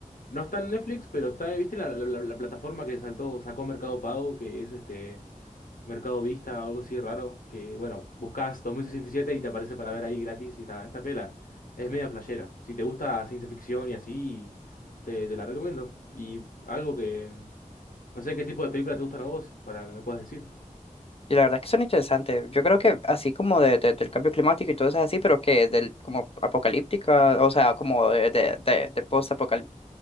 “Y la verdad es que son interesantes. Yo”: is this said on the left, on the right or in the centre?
Left